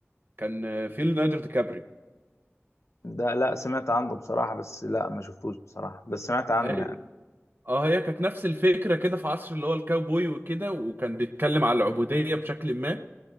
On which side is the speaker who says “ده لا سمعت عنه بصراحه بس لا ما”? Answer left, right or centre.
Left